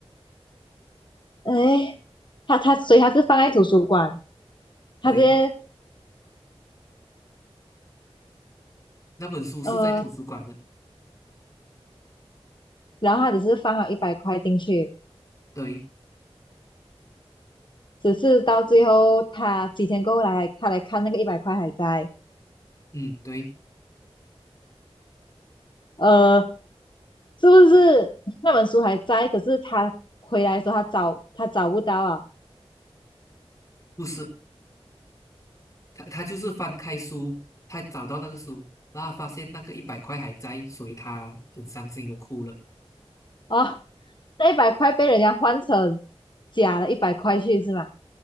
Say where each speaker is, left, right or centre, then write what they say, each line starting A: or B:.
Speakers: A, on the left; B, on the left.
A: 哎，他他所以他是放在图书馆，
B: 对，
A: 他直接
B: 那本书是在图书馆的。
A: 呃，然后他只是放了一百块进去，
B: 对，
A: 只是到最后他几天过后来他来看那个一百块还在，
B: 嗯，对，
A: 呃，是不是那本书还在？可是他回来的时候，他找他找不到啊！
B: 不是，他他就是翻开书，他找到那个书，然后发现那个一百块还在，所以他很伤心的哭了。
A: 哦，那一百块被人家换成假的一百块去是吗？